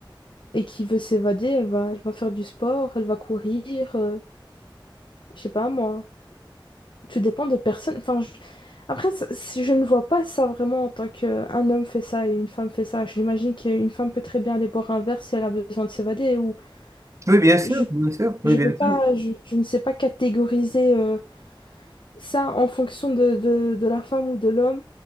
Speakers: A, on the left; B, on the right.
A: et qui veut s'évader, elle va, elle va faire du sport, elle va courir, euh, je sais pas, moi. Tout dépend de personne. Enfin, je- Après, ça- si je ne vois pas ça vraiment en tant qu'un homme fait ça et une femme fait ça. J'imagine qu'une femme peut très bien aller boire un verre si elle a besoin de s'évader ou
B: Oui, bien sûr,
A: je,
B: bien sûr, oui,
A: je
B: bien
A: peux pas,
B: sûr.
A: je, je ne sais pas catégoriser. euh, Ça, en fonction de, de, de la femme ou de l'homme.